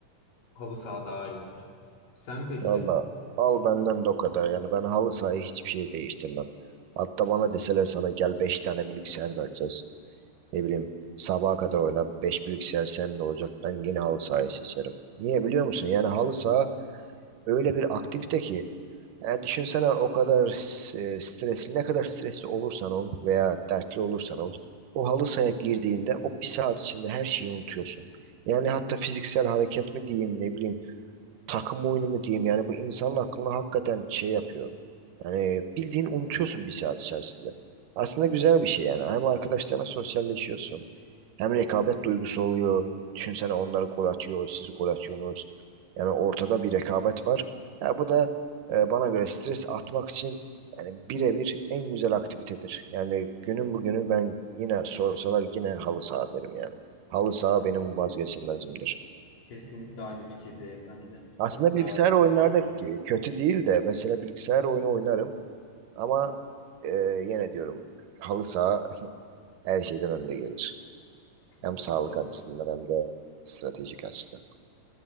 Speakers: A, on the left; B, on the right.
A: halı saha daha iyidir. Sen peki?
B: Valla al benden de o kadar. Yani ben halı sahayı hiçbir şey değiştirmem. Hatta bana deseler sana gel 5 tane bilgisayar vereceğiz. Ne bileyim sabaha kadar oyna 5 bilgisayar seninle olacak. Ben yine halı sahayı seçerim. Niye biliyor musun? Yani halı saha öyle bir aktivite ki. Yani düşünsene o kadar s- e, stresli ne kadar stresli olursan ol veya dertli olursan ol. O halı sahaya girdiğinde o bir saat içinde her şeyi unutuyorsun. Yani hatta fiziksel hareket mi diyeyim ne bileyim takım oyunu mu diyeyim yani bu insanın aklını hakikaten şey yapıyor. Yani bildiğin unutuyorsun bir saat içerisinde. Aslında güzel bir şey yani. Hem arkadaşlarına sosyalleşiyorsun. Hem rekabet duygusu oluyor. Düşünsene onlar gol atıyor, siz gol atıyorsunuz. Yani ortada bir rekabet var. Ya bu da e, bana göre stres atmak için yani birebir en güzel aktivitedir. Yani günün bugünü ben yine sorsalar yine halı saha derim yani. Halı saha
A: E,
B: benim vazgeçilmezimdir.
A: Kesinlikle aynı fikirdeyim ben de.
B: Aslında
A: Çok daha
B: bilgisayar oyunlarda
A: iyidir.
B: k- kötü değil de mesela bilgisayar oyunu oynarım ama e, yine diyorum halı saha her şeyden önde gelir. Hem
A: Evet,
B: sağlık
A: Doğru.
B: açısından hem de stratejik açıdan.